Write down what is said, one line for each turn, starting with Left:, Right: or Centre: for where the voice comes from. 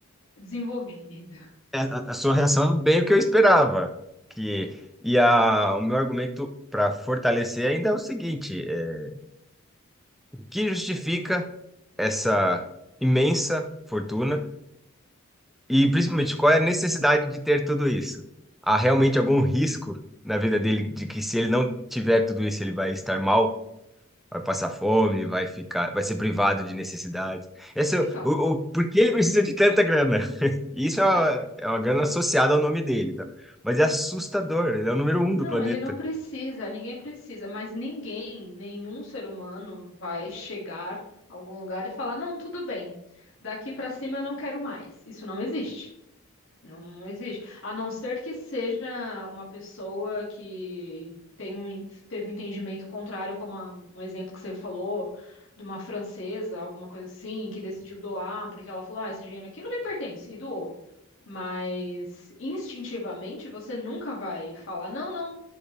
Left: desenvolvida.
Centre: é, a a sua reação é bem o que eu esperava. Que, e a, o meu argumento para fortalecer ainda é o seguinte: é, o que justifica essa imensa fortuna e principalmente qual é a necessidade de ter tudo isso? Há realmente algum risco na vida dele de que se ele não tiver tudo isso, ele vai estar mal? Vai passar fome, vai ficar, vai ser privado de necessidades. Esse, é
Left: Então,
Centre: o, o, o- por que ele precisa de tanta grana? E isso é uma,
Left: não.
Centre: é uma grana associada ao nome dele, tá? Mas é assustador, ele é o número um
Left: Não,
Centre: do planeta.
Left: ele não precisa, ninguém precisa, mas ninguém, nenhum ser humano vai chegar a algum lugar e falar: não, tudo bem, daqui pra cima eu não quero mais. Isso não existe. Não existe. A não ser que seja uma pessoa que tem um, teve um entendimento contrário, como a- um exemplo que você falou, de uma francesa, alguma coisa assim, que decidiu doar, porque ela falou: ah, esse dinheiro aqui não me pertence, e doou. Mas instintivamente você nunca vai falar: não, não.